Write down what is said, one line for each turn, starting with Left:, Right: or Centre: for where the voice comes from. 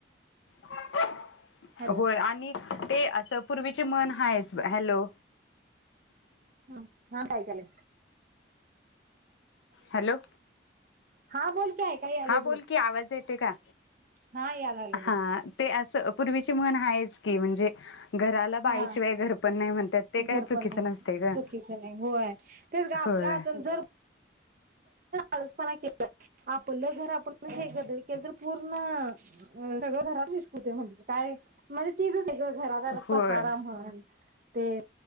Left: <inaudible>
Right: हॅलो
Left: होय आणि ते असं पूर्वीची म्हन हायेच. हॅलो
Right: हम्म हां काय केलय?
Left: हॅलो
Right: हा बोल की ऐकाय आलय
Left: हा बोल की आवाज येते का?
Right: हा यायला लागलय बोल
Left: हा ते अस पूर्वीची म्हण आहेच की म्हणजे घराला बाईशिवाय
Right: हा
Left: घर पण नाही म्हणतात ते काय
Right: घरपण
Left: चुकीचं
Right: नाही
Left: नसते ग.
Right: चुकीचं नाही होय तेच ग आपल्या
Left: होय
Right: हातुन जर आळसपणा केला आपलं घर आपण हे गधड केलं तर पूर्ण अ सगळं घरातल विसकटून होतोय म्हणतीस काय म्हणजे चीजच नाही गं. घरादारात
Left: होय
Right: पसारा म्हण ते